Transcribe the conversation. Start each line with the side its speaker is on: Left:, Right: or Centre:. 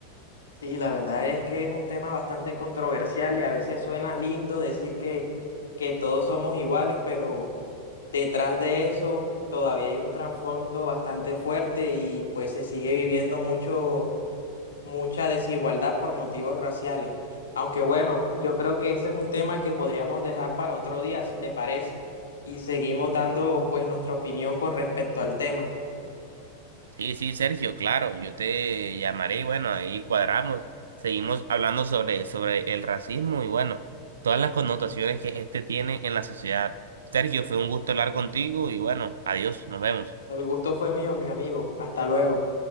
Left: Sí, la verdad es que es un tema bastante controversial y a veces suena lindo decir que, que todos somos iguales, pero detrás de eso todavía hay un trasfondo bastante fuerte y pues se sigue viviendo mucho, mucha desigualdad por motivos raciales. Aunque bueno, yo creo que ese es un tema que podríamos dejar para otro día, si te parece, y seguimos dando pues nuestra opinión con respecto al tema.
Right: Sí, sí, Sergio, claro, yo te llamaré y bueno, ahí cuadramos, seguimos hablando sobre, sobre el racismo y bueno, todas las connotaciones que este tiene en la sociedad. Sergio, fue un gusto hablar contigo y bueno, adiós, nos vemos.
Left: El gusto fue mío, mi amigo. Hasta luego.